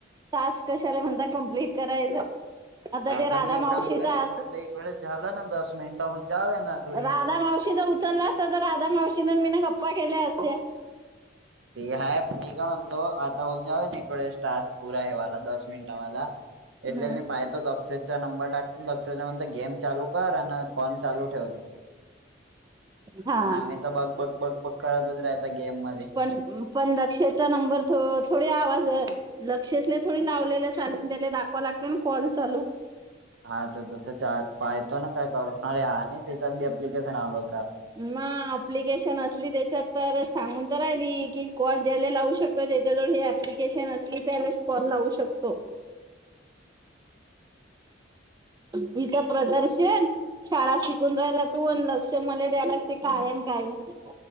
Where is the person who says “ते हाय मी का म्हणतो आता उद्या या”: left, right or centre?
Right